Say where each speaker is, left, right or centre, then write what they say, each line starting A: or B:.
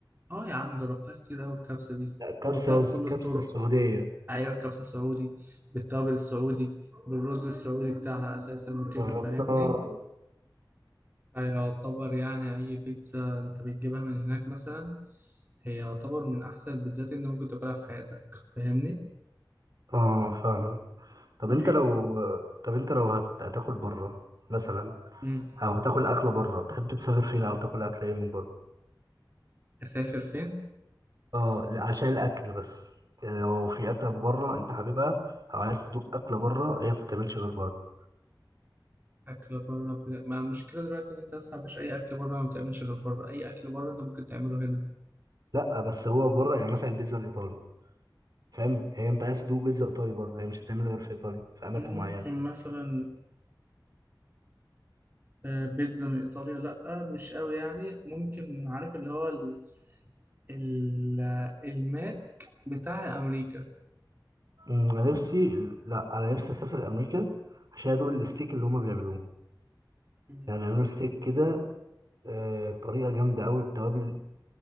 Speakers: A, on the right; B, on the right.
A: اه يا عم جربتها كتير أوي الكبسة دي
B: لا الكبسه
A: جربتها بكل
B: الكبسه
A: الطرق
B: السعوديه
A: أيوة الكبسة السعودي بالتوابل السعودي بالرز السعودي بتاعها أساسا وكده
B: جربتها
A: فاهمني فيعتبر يعني أي بيتزا أنت بتجيبها من هناك مثلا هي يعتبر من أحسن البيتزات اللي أنت ممكن تاكلها في حياتك فاهمني؟
B: اه فاهمك طب
A: وفي
B: انت لو طب انت لو هت... هتاكل بره مثلا
A: مم.
B: او هتاكل اكله بره تحب تسافر فين او تاكل اكل ايه من بره
A: أسافر فين؟
B: اه لا، عشان الاكل بس يعني لو في اكله بره انت حاببها او عايز تدوق اكله بره هي ما بتتعملش غير بره
A: اكل بره بت- ما المشكله دلوقتي ان انت اصلا مفيش اي اكل بره ما بتعملش غير بره اي اكل بره انت ممكن تعمله هنا
B: لا بس هو بره يعني مثلا البيتزا الايطالي فاهم هي انت عايز تدوق بيتزا ايطالي بره هي مش هتتعمل غير في ايطاليا في اماكن
A: ممكن
B: معينه
A: مثلا آه، بيتزا من ايطاليا لا مش قوي يعني ممكن عارف اللي هو ال... ال... الماك بتاع امريكا
B: أمم، انا نفسي لا انا نفسي اسافر امريكا عشان ادوق الستيك اللي هما بيعملوه
A: مم.
B: يعني بيعملوا ستيك كده آه، بطريقه جامده قوي بتوابل